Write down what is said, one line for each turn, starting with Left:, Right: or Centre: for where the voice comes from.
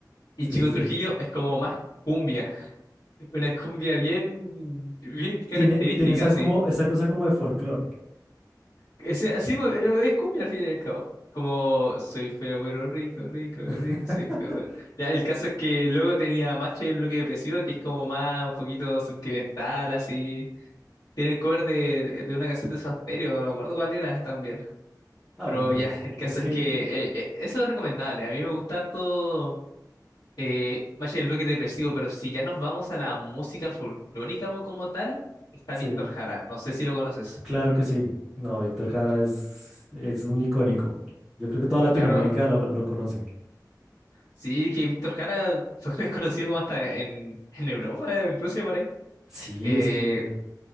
Left: Y
Centre: sí,
Left: Chico
Centre: sí, sí.
Left: Trujillo es como más cumbia, <laughs> una cumbia bien, bien característica,
Centre: Tiene, tiene esa,
Left: así.
Centre: como, esa cosa como de folclore.
Left: Ese, así, pues, pero es cumbia al fin y al cabo. Como soy feo pero rico, rico, rico,
Centre: <laughs>
Left: soy feo pero... Ya, el caso es que luego tenía Macho y el bloque depresivo, que es como más un poquito sentimental, así. Tiene el cover de, de una canción de Soda Stereo, no me acuerdo cuál era también.
Centre: Ah,
Left: Pero
Centre: bueno, pero
Left: ya,
Centre: es que,
Left: el caso
Centre: es que,
Left: es que eh, eh, eso es recomendable. A mí me gusta harto Eh, Valle del Bosque es depresivo, pero si ya nos vamos a la música folclórica como, como tal, está
Centre: sí,
Left: Víctor Jara. No sé si lo conoces.
Centre: claro que sí. No, Víctor Jara es, es un icónico. Yo creo que toda Latinoamérica
Left: Claro,
Centre: lo, lo conoce.
Left: sí, que Víctor Jara fue <laughs> conocido como hasta en, en Europa, en Rusia, por ahí.
Centre: Sí,
Left: Eh,
Centre: es que